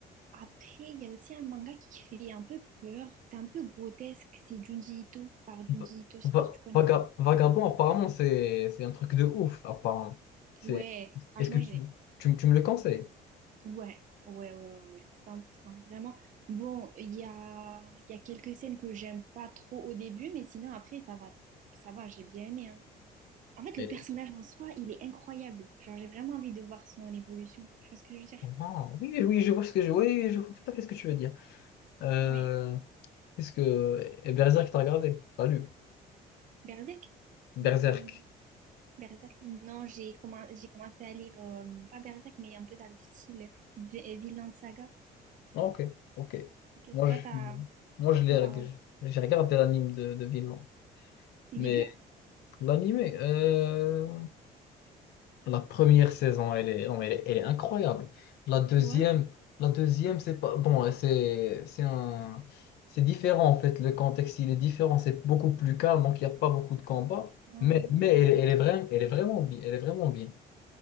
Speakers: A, on the right (about 50°); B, on the left (about 75°).
A: Après, il y a aussi un manga qui fait un peu peur. C'est un peu grotesque. C'est Junji Ito, par Junji
B: Va-
A: Ito. Je
B: va-
A: sais pas si tu connais.
B: vaga- Vagabond, apparemment, c'est c'est un truc de ouf, apparemment. C'est.
A: Ouais, franchement,
B: Est-ce que tu,
A: j'ai
B: tu, tu me le conseilles?
A: Ouais, ouais, ouais, ouais, ouais, 100%, vraiment. Bon, il y a, il y a quelques scènes que j'aime pas trop au début, mais sinon après, ça va, ça va, j'ai bien aimé, hein. En fait,
B: Et-
A: le personnage en soi, il est incroyable. Genre, j'ai vraiment envie de voir son évolution. Tu vois ce que je veux dire?
B: Ah, oui, oui, je vois ce que je. Oui, je vois tout à fait ce que tu veux dire. Euh,
A: Ouais.
B: est-ce que. Et Berserk, t'as regardé? T'as lu?
A: Berserk?
B: Berserk.
A: Non. Berserk? Non, j'ai commen- j'ai commencé à lire, euh, pas Berserk, mais un peu dans le style Vi- euh, Vinland Saga.
B: Ah, Ok, ok.
A: Ok.
B: Moi,
A: Toi,
B: je,
A: t'as,
B: moi, je l'ai,
A: toi,
B: reg-
A: t'as,
B: j'ai regardé l'anime de, de Vinland.
A: il
B: Mais
A: est bien?
B: l'anime, euh, la première saison, elle est, non, mais elle est, elle est incroyable. La deuxième,
A: Ouais.
B: la deuxième, c'est pas, bon, c'est, c'est un, c'est différent en fait. Le contexte, il est différent. C'est beaucoup plus calme, donc il n'y a pas beaucoup de combats.
A: Ah,
B: Mais, mais elle,
A: ok,
B: elle
A: ok.
B: est vraiment, elle est vraiment bien, elle est vraiment bien.